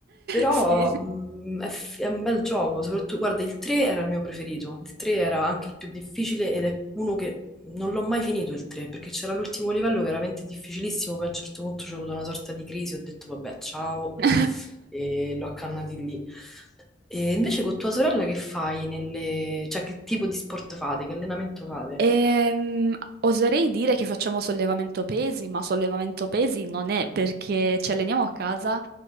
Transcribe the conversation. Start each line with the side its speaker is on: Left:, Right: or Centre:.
Centre: Però
Right: Sì.
Centre: mh, è, f- è un bel gioco, soprattutto, guarda, il 3 era il mio preferito, il 3 era anche il più difficile ed è uno che non l'ho mai finito il 3, perché c'era l'ultimo livello che era veramente difficilissimo, poi a un certo punto c'è avuto una sorta di crisi, ho detto vabbè, ciao,
Right: Sì.
Centre: e l'ho accannati lì. E invece con tua sorella che fai nelle... cioè che tipo di sport fate, che allenamento fate?
Right: Ehm, oserei dire che facciamo sollevamento pesi, ma sollevamento pesi non è perché ci alleniamo a casa